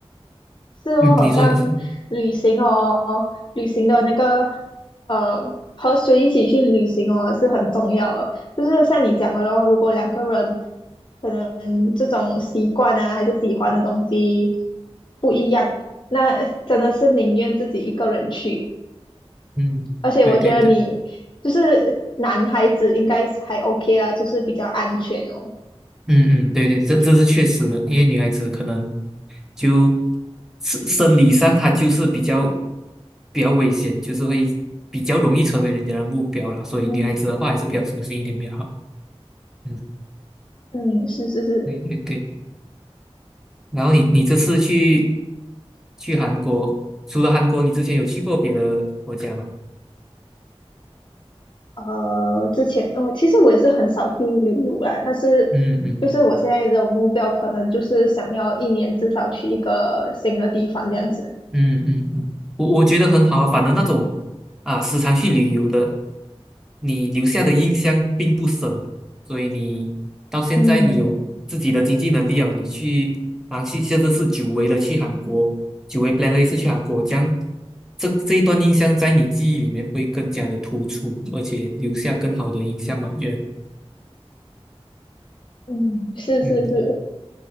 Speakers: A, on the left (about 45°); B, in the centre.
A: 是哦，
B: 嗯，
A: 好像
B: 你说，你说，
A: 旅行哦，旅行的那个呃，和谁一起去旅行哦，是很重要的。就是像你讲的咯，如果两个人可能这种习惯啊，还是喜欢的东西不一样，那真的是宁愿自己一个人去。
B: 嗯，
A: 而且我觉得你就是男孩子应该还
B: 对对对，
A: OK 啦，就是比较安全哦。
B: 嗯嗯，对对，这这是确实的，因为女孩子可能就生生理上她就是比较比较危险，就是会比较容易成为人家的目标了，所以女孩子的话还是比较小心一点比较好。
A: 嗯
B: 嗯，
A: 嗯，是是是。
B: 对对对。然后你你这次去去韩国，除了韩国，你之前有去过别的国家吗？
A: 呃，之前我其实我也是很少去旅游啦，但是就是我现在的目标可能就是想要一年至少去一个新的地方这样子。
B: 嗯嗯嗯嗯嗯，我我觉得很好啊，反正那种啊时常去旅游的。你留下的印象并不深，所以你到现在你有自己的经济能力了，
A: 嗯
B: 你去啊去现在是久违了去韩国，久违 plan 了一次去韩国，这样这这一段印象在你记忆里面会更加的突出，而且留下更好的印象吧，我觉得，
A: 嗯，是是是，
B: 嗯，